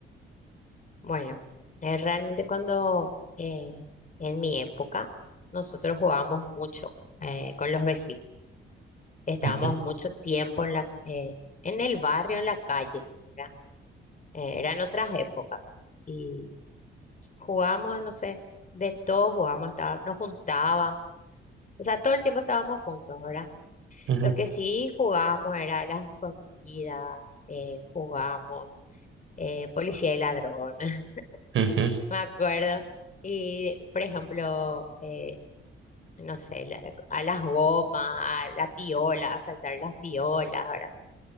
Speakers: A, on the left (about 40°); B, on the right (about 75°).
A: Bueno, eh, realmente cuando eh, en mi época nosotros jugábamos mucho eh, con los vecinos. Estábamos
B: Ujú,
A: mucho tiempo en la, eh, en el barrio, en la calle, ¿verdad? Eh, eran otras épocas y jugábamos, no sé, de todo jugábamos, estábamos- nos juntábamos. O sea, todo el tiempo estábamos juntos, ¿verdad?
B: ujú,
A: Lo que sí jugábamos era la escondida, eh, jugábamos eh, policía y ladrón, <laughs>
B: ujú.
A: me acuerdo. Y, por ejemplo, eh, no sé, la- a las gomas, a la piola, a saltar las piolas, ¿verdad?